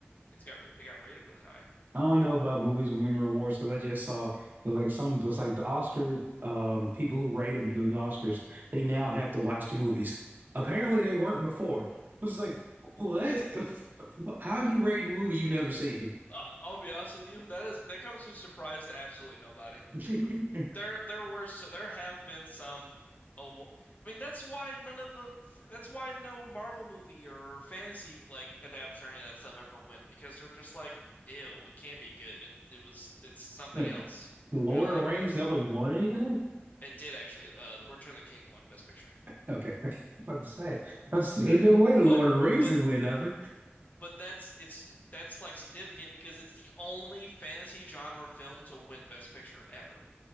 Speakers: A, on the left (about 40°); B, on the right (about 45°).
A: it's got it got rated really high.
B: I don't know about movies winning awards because I just saw it was like some it was like the Oscar um people who rate them doing the Oscars they now have to watch the movies. Apparently they weren't before. It was like what?
A: <laughs>
B: <laughs> How you rating the movie you never seen?
A: Uh, I'll be honest with you, that is that comes as a surprise to absolutely nobody.
B: <laughs>
A: There, there were so there have been some. awa- I mean, that's why none of the that's why no Marvel movie or fantasy like adaptation or any of that stuff ever win because they're just like, ew, it can't be good. It it was it's something
B: But
A: else.
B: Lord
A: We don't like
B: of the Rings
A: this.
B: never won anything?
A: It did actually. Uh, the Return of the King won Best Picture,
B: Okay. <laughs> I was about to say. I say
A: but it
B: no way the Lord
A: but
B: of the Rings
A: but
B: didn't win nothing.
A: but that's it's that's like significant because it's the only fantasy genre film to win Best Picture ever.